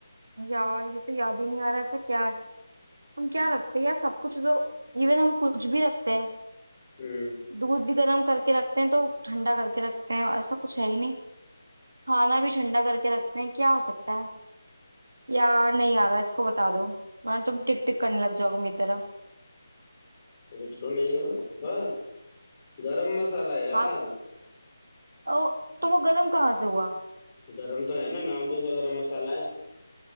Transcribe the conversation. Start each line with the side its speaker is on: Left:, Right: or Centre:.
Right: यार ये तो याद ही नहीं आ रहा ऐसा क्या है हम क्या रखते हैं यार सब कुछ तो इवन हम कुछ भी रखते हैं
Left: हम्म
Right: दूध भी गर्म करके रखते हैं तो ठंडा करके रखते हैं ऐसा कुछ है ही नहीं खाना भी ठंडा करके रखते हैं क्या हो सकता है यार नहीं आ रहा इसको बता दो वरना तुम टिक टिक करने लग जाओगे मेरी तरह
Left: सोच लो नहीं हो बस गरम मसाला यार
Right: हाथ ओ तो वो गर्म कहाँ से हुआ
Left: गरम तो है ना नाम तो उसका गरम मसाला है